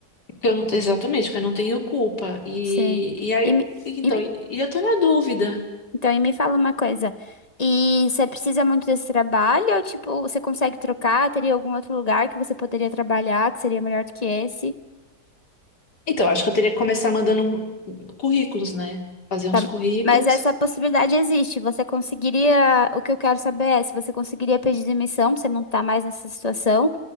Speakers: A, on the left; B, on the left.
A: que eu não, exatamente, que eu não tenho culpa. E,
B: Sim.
A: e aí,
B: E me-
A: então,
B: e me-
A: e e eu tô na dúvida.
B: então, e me fala uma coisa. E você precisa muito desse trabalho? Ou, tipo, você consegue trocar? Teria algum outro lugar que você poderia trabalhar que seria melhor do que esse?
A: Então, acho que eu teria que começar mandando um- currículos, né? Fazer
B: Tá,
A: uns currículos.
B: Mas essa possibilidade existe. Você conseguiria. O que eu quero saber é se você conseguiria pedir demissão, pra você não estar mais nessa situação,